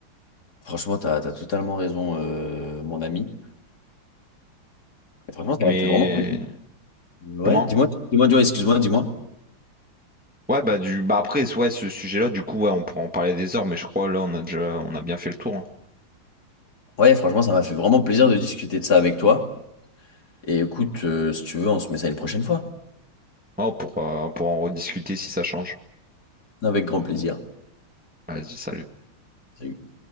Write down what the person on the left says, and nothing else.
Franchement, t'as, t'as totalement raison, euh, mon ami. Et franchement, ça
m'a fait vraiment. plaisir. Ouais,
dis-moi, dis-moi, dis-moi, excuse-moi, dis-moi.
Ouais, franchement, ça m'a fait vraiment plaisir de discuter de ça avec toi. Et écoute, euh, si tu veux, on se met ça une prochaine fois.
Avec grand plaisir.
Salut.